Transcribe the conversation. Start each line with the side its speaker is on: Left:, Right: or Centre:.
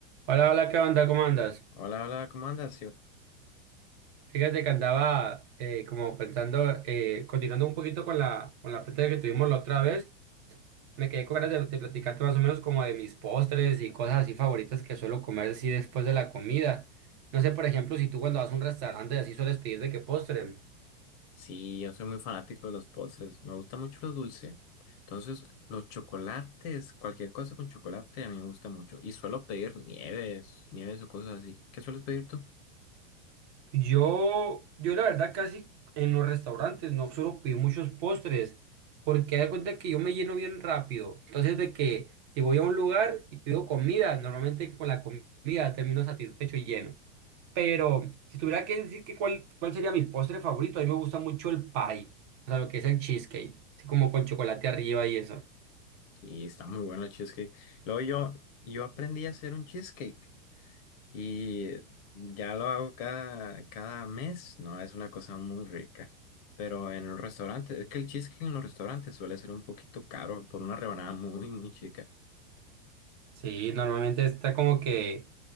Right: Hola, hola, ¿qué onda? ¿Cómo andas?
Left: Hola, hola, ¿cómo andas? Yo-
Right: Fíjate que andaba eh, como pensando, eh, continuando un poquito con la, con la plática que tuvimos la otra vez, me quedé con ganas de, de platicarte más o menos como de mis postres y cosas así favoritas que suelo comer así después de la comida. No sé, por ejemplo, si tú cuando vas a un restaurante así sueles pedir de qué postre.
Left: sí, yo soy muy fanático de los postres, me gusta mucho lo dulce. Entonces, los chocolates, cualquier cosa con chocolate a mí me gusta mucho. Y suelo pedir nieves, nieves o cosas así. ¿Qué sueles pedir tú?
Right: Yo, yo la verdad casi en los restaurantes no suelo pedir muchos postres porque hay cuenta que yo me lleno bien rápido. Entonces de que si voy a un lugar y pido comida, normalmente con la comida termino satisfecho y lleno. Pero si tuviera que decir que cuál, cuál sería mi postre favorito, a mí me gusta mucho el pie, o sea, lo que es el cheesecake, así como con chocolate arriba y eso.
Left: Y está muy bueno el cheesecake. Luego yo, yo aprendí a hacer un cheesecake y ya lo hago cada, cada mes. No, es una cosa muy rica. Pero en un restaurante, es que el cheesecake en los restaurantes suele ser un poquito caro por una rebanada muy, muy chica.
Right: Sí, normalmente está como que...